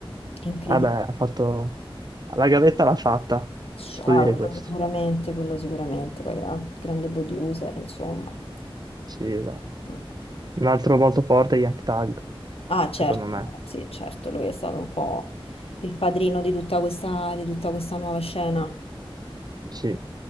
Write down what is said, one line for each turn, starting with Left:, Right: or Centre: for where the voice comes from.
Left: incredibile.
Right: Vabbè, ha fatto... La gavetta l'ha fatta,
Left: Cioè,
Right: si può
Left: Ah,
Right: dire
Left: quello
Right: questo.
Left: sicuramente, quello sicuramente, poi gra- grande producer, insomma.
Right: Sì, esatto.
Left: Mm.
Right: Un altro molto forte è Young Thug,
Left: Ah, certo,
Right: secondo me.
Left: sì, certo, lui è stato un po' il padrino di tutta questa, di tutta questa nuova scena.
Right: Sì.